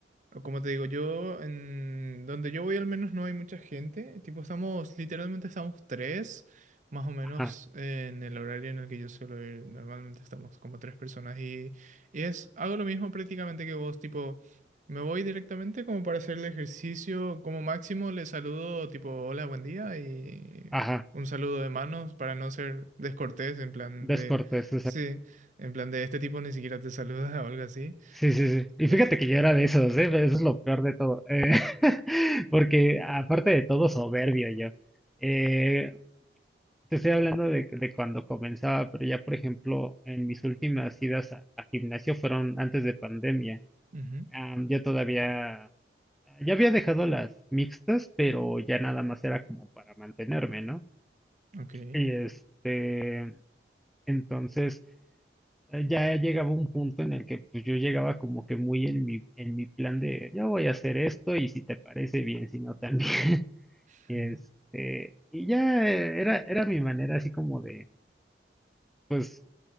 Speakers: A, on the right; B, in the centre.
A: Como te digo, yo, en donde yo voy al menos no hay mucha gente. Tipo, estamos, literalmente estamos tres, más o menos
B: Ajá,
A: en el horario en el que yo suelo ir. Normalmente estamos como tres personas y, y es, hago lo mismo prácticamente que vos, tipo, me voy directamente como para hacer el ejercicio. Como máximo le saludo tipo, hola, buen día y
B: ajá,
A: un saludo de manos para no ser descortés, en plan
B: descortés,
A: de, sí, en plan de este tipo ni siquiera te saluda <laughs> o algo así.
B: Sí, sí, sí. Y
A: Eh,
B: fíjate que yo era de esos, ¿eh? Eso es lo peor de todo. Eh, <laughs> porque aparte de todo, soberbio yo. Eh, te estoy hablando de, de cuando comenzaba, pero ya, por ejemplo, en mis últimas idas a, a gimnasio fueron antes de pandemia.
A: ujú.
B: Am, yo todavía, ya había dejado las mixtas, pero ya nada más era como para mantenerme, ¿no?
A: Ok.
B: Y este, entonces... eh, ya llegaba un punto en el que pues yo llegaba como que muy en mi, en mi plan de yo voy a hacer esto y si te parece bien, si no también. <laughs>
A: <laughs>
B: Y Este, y ya eh, era, era mi manera así como de, pues,